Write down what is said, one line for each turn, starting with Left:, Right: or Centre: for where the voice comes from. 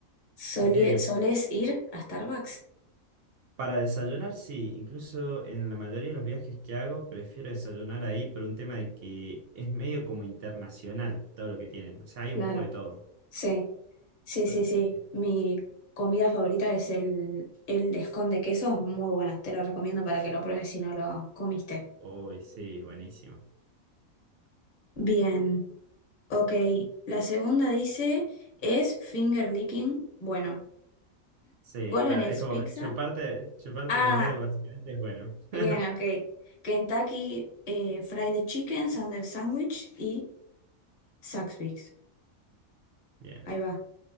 Left: Solie-
Right: Yo te digo
Left: ¿solés
Right: que
Left: ir a Starbucks?
Right: para desayunar, sí, incluso en la mayoría de los viajes que hago, prefiero desayunar ahí por un tema de que es medio como internacional todo lo que tienen. O sea, hay
Left: Claro.
Right: un poco de todo.
Left: Sí, sí,
Right: Así
Left: sí, sí.
Right: que,
Left: Mi comida favorita es el, el escón de queso. Muy bueno. Te lo recomiendo para que lo pruebes si no lo comiste.
Right: uy, sí, buenísimo.
Left: Bien. Ok, la segunda dice, ¿es finger licking? Bueno,
Right: Sí,
Left: Colonel's
Right: claro, es como
Left: Pizza.
Right: chuparte, chuparte
Left: Ah,
Right: los dedos básicamente es bueno.
Left: bien,
Right: <laughs>
Left: ok. Kentucky eh, Fried Chicken, Sunday Sandwich y Saxby's.
Right: Bien,
Left: Ahí va,